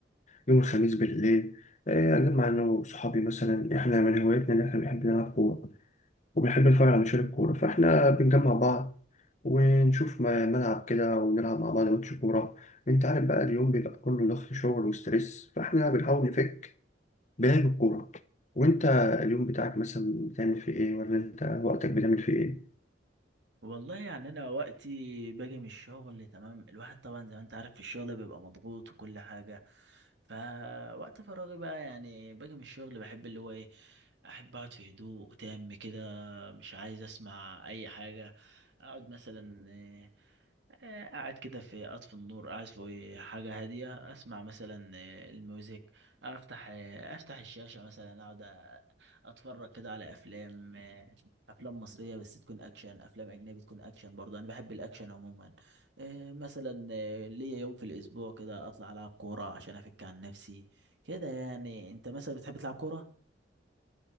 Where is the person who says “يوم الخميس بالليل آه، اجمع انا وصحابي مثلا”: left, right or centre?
Left